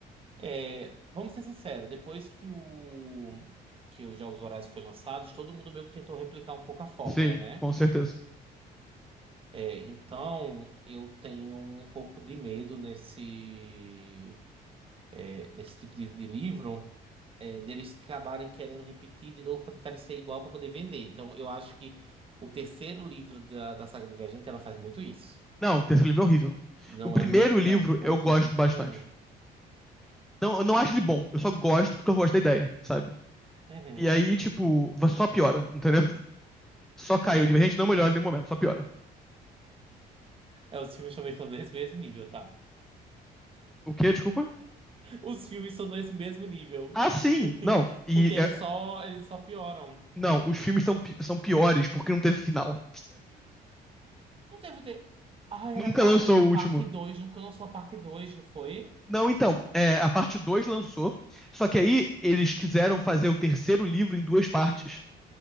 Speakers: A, on the right; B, in the centre.
A: É, vamos ser sinceros, depois que o que os Jogos Vorazes foi lançado, todo mundo meio que tentou replicar um pouco a fórmula,
B: sim,
A: né?
B: com certeza.
A: É, então eu tenho um pouco de medo nesse é, nesse tipo de, de livro é, deles acabarem querendo repetir de novo para tentar ser igual para poder vender. Então eu acho que o terceiro livro da, da saga Divergente ela faz muito isso.
B: Não, o terceiro livro é horrível.
A: Não
B: O primeiro
A: é muito,
B: livro
A: não é bom
B: eu gosto
A: de jeito
B: bastante.
A: nenhum.
B: Não, eu não acho ele bom, eu só gosto porque eu gosto da ideia, sabe?
A: Uhum.
B: E aí, tipo, va- só piora, entendeu? <laughs> Só caiu.
A: É.
B: A gente não melhora em nenhum momento, só piora.
A: É, os filmes também são desse mesmo nível, tá?
B: O quê? Desculpa?
A: Os filmes são nesse mesmo nível.
B: Ah, sim!
A: <laughs>
B: Não. E
A: Porque eles
B: é,
A: só, eles só pioram.
B: não, os filmes são, pi- são piores porque não teve final.
A: Não teve. Te... Ah, era
B: Nunca
A: parte
B: lançou
A: um
B: o último.
A: parte 2. Nunca lançou a parte dois não foi?
B: Não, então, é, a parte 2 lançou, só que aí eles quiseram fazer o terceiro livro em duas partes.